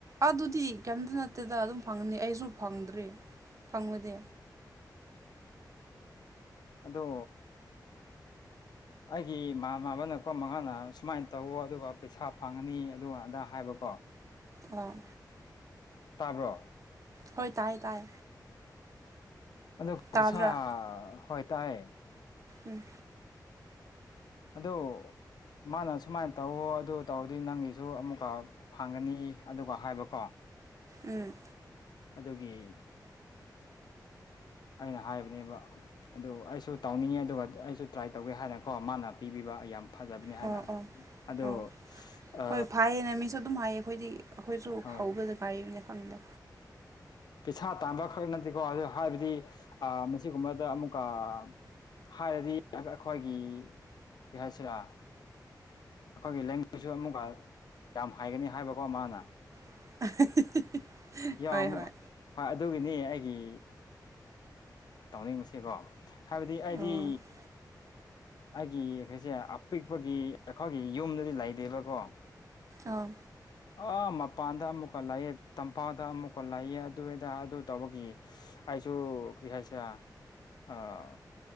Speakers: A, on the right; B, on the left.
A: ꯑꯗꯨꯗꯤ ꯀꯩꯝꯇ ꯅꯠꯇꯦꯗ ꯑꯗꯨꯝ ꯐꯪꯉꯅꯤ ꯑꯩꯁꯨ ꯐꯪꯗ꯭ꯔꯔꯤ ꯐꯪꯕꯗꯤ
B: ꯑꯗꯣ ꯑꯩꯒꯤ ꯏꯃꯥ ꯃꯥꯕꯅꯀꯣ ꯃꯉꯥꯅ ꯁꯨꯃꯥꯏꯅ ꯇꯧꯋ ꯑꯗꯨꯒ ꯄꯩꯁꯥ ꯐꯪꯉꯅꯤ ꯑꯗꯨꯒ ꯑꯗꯥ ꯍꯥꯏꯕꯀꯣ
A: ꯑꯣ
B: ꯇꯥꯕ꯭ꯔꯣ
A: ꯍꯣꯏ ꯇꯥꯏꯌꯦ ꯇꯥꯏ
B: ꯑꯗ
A: ꯇꯥꯗ꯭ꯔꯥ
B: ꯄꯁꯥ ꯍꯣꯏ ꯇꯥꯏ
A: ꯎꯝ
B: ꯑꯗꯣ ꯃꯥꯅ ꯁꯨꯃꯥꯏꯅ ꯇꯧꯋ ꯑꯗꯨ ꯇꯧꯔꯗꯤ ꯅꯪꯒꯤꯁꯨ ꯑꯃꯨꯛꯀ ꯐꯪꯒꯅꯤ ꯑꯗꯨꯒ ꯍꯥꯏꯕꯀꯣ
A: ꯎꯝ꯫
B: ꯑꯗꯨꯒꯤ꯫ ꯑꯩꯅ ꯍꯥꯏꯕꯅꯦꯕ ꯑꯗꯨ ꯑꯩꯁꯨ ꯇꯧꯅꯤꯡꯉꯦ ꯑꯗꯨꯒ ꯑꯩꯁꯨ ꯇ꯭ꯔꯥꯏ ꯇꯧꯒꯦ ꯍꯥꯏꯅꯀꯣ ꯃꯥꯅ ꯄꯤꯕꯤꯕ ꯌꯥꯝ꯫ ꯐꯖꯕꯅꯤ ꯍꯥꯏꯅ꯫
A: ꯑꯣ ꯑꯣ
B: ꯑꯗꯣ
A: ꯑꯣ
B: ꯑ
A: ꯍꯣꯏ ꯐꯥꯏꯌꯦꯅꯦ ꯃꯤꯁꯨ ꯑꯗꯨꯝ ꯍꯥꯏꯌꯦ ꯑꯩꯈꯣꯏꯗꯤ ꯑꯩꯈꯣꯏꯁꯨ
B: ꯍꯣꯏ
A: ꯍꯧꯕꯗ ꯉꯥꯏꯔꯤꯕꯅ꯫ ꯐꯝꯗ꯫
B: ꯄꯩꯁꯥ ꯇꯥꯟꯕ ꯈꯛ ꯅꯠꯇꯦꯀꯣ ꯑꯗꯨ ꯍꯥꯏꯕꯗꯤ ꯃꯁꯤꯒꯨꯝꯕꯗ ꯑꯃꯨꯛꯀ ꯑꯥ꯫ ꯍꯥꯏꯔꯗꯤ ꯑꯩꯈꯣꯏꯒꯤ ꯀꯩ ꯍꯥꯏꯁꯤꯔ꯫ ꯑꯩꯈꯣꯏꯒꯤ <unintelligible> ꯁꯨ ꯑꯃꯨꯛꯀ ꯌꯥꯝ ꯍꯩꯌꯦꯅꯦ ꯍꯥꯏꯕꯀꯣ ꯃꯥꯅ꯫
A: <unintelligible>
B: ꯌꯥ
A: ꯍꯣꯏ
B: ꯑꯃꯨꯛ
A: ꯍꯣꯏ
B: ꯍꯣꯏ ꯑꯗꯨꯒꯤꯅꯤ ꯑꯩꯒꯤ꯫ ꯇꯧꯅꯤꯡꯕꯁꯦꯕꯣ ꯍꯥꯏꯕꯗꯤ ꯑꯩꯗꯤ꯫
A: ꯑꯥ
B: ꯑꯩꯒꯤ ꯀꯩꯁꯦ ꯑꯄꯤꯛꯄꯒꯤ ꯑꯩꯈꯣꯏꯒꯤ ꯌꯨꯝꯗꯗꯤ ꯂꯩꯗꯦꯕꯀꯣ꯫
A: ꯑꯥꯥ꯫
B: ꯑꯥ ꯃꯄꯥꯟꯗ ꯑꯃꯨꯛꯀ ꯂꯥꯛꯑꯦ ꯇꯝꯄꯥꯛꯗ ꯑꯃꯨꯛꯀ ꯂꯥꯛꯑꯦ ꯑꯗꯨ ꯑꯗ ꯑꯗꯨ ꯇꯧꯕꯒꯤ ꯑꯩꯁꯨ ꯀꯔꯤ ꯍꯥꯏꯁꯤꯔ ꯑꯥꯥ꯫